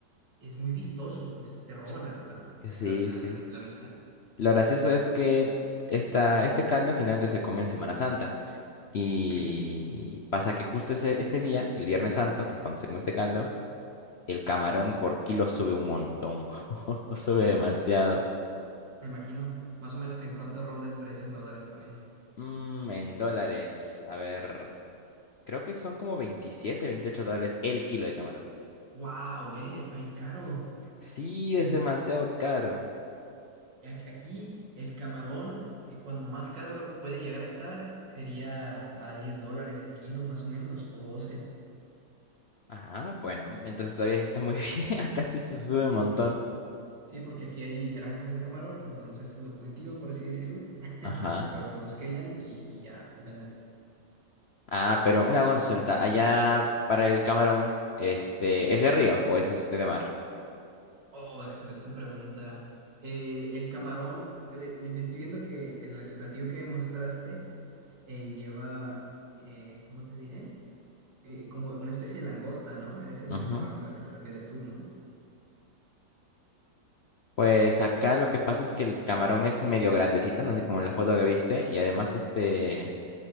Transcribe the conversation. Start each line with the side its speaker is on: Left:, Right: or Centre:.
Right: Es muy vistoso, pues. Te roba
Left: Ts-
Right: la, la,
Left: Sí,
Right: la, la,
Left: sí.
Right: la vi- la vista.
Left: Lo gracioso es que esta, este caldo generalmente se come en Semana Santa, y
Right: Ok.
Left: pasa que justo ese, ese día, el Viernes Santo, que es cuando se come este caldo, El camarón por kilo sube un montón. <laughs> Sube
Right: Wow.
Left: demasiado.
Right: Me imagino. Más o menos en cuánto ronda el precio en dólares por ahí.
Left: Mm, en dólares. A ver. Creo que son como 27 28 dólares el kilo de camarón.
Right: ¡Wow, eh! Está bien caro.
Left: Sí,
Right: En
Left: es demasiado
Right: es-
Left: caro.
Right: a- aquí el camarón, eh, cuando más caro puede llegar a estar, sería a 10 dólares el kilo, más o menos, o doce
Left: Ajá, bueno, entonces todavía eso está muy <laughs> bien. Casi se sube
Right: sí
Left: un montón.
Right: Sí, porque aquí hay granjas de camarón, entonces lo cultivan, por así decirlo, <laughs>
Left: Ajá.
Right: pero pues los crían y, y ya venden.
Left: Ah, pero una consulta. Allá para el camarón, este, ¿es de río o es este de mar?
Right: Oh, excelente pregunta. Eh, el camarón, eh, eh, estoy viendo que el, el platillo que mostraste eh, lleva, eh, ¿cómo te diré? Eh, como una especie de langosta, ¿no? Ese es
Left: Ujú.
Right: el camarón al que te refieres tú, ¿no?
Left: Pues acá lo que pasa es que el camarón es medio grandecito, no sé, como en la foto que viste, y además este